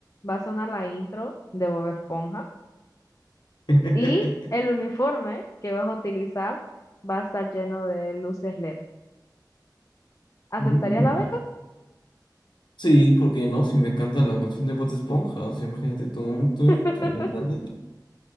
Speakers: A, on the left; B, on the left.
A: va a sonar la intro de Bob Esponja
B: <laughs>
A: y el uniforme que vas a utilizar va a estar lleno de luces LED. ¿Aceptarías
B: Mm,
A: la beca?
B: Sí, porque no? Si me cantan la canción de Bob Esponja, o sea, imagínate, tú, tú,
A: <laughs>
B: tú, ¿me entiendes?